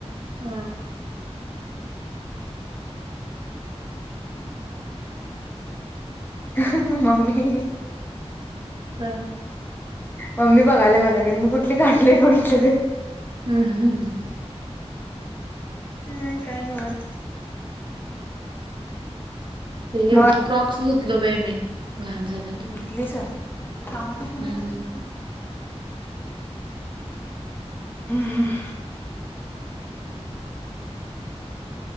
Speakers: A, on the right (about 45°); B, on the left (about 20°).
A: हम.
B: ह मम्मी.
A: का.
B: मम्मी बघालाय माझ्याकडे मी कुठली काडलय बघितलं.
A: हम्म हम्म
B: हम् काय नव्हच.
A: हे
B: मग
A: फ्रॉक्स ुतलो बाई मी. घाण झालेलं
B: भुटलीस कामाच फलीसाठी
A: हम्म
B: हम हम